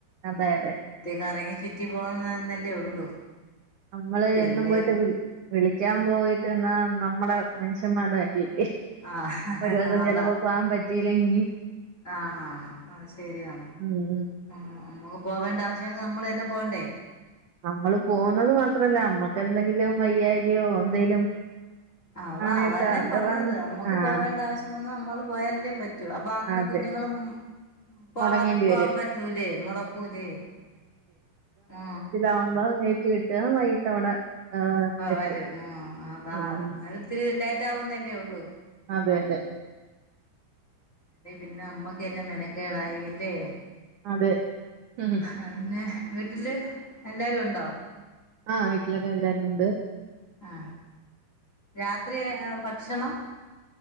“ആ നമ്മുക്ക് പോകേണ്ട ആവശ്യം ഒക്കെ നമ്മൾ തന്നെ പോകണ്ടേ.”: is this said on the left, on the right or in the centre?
Left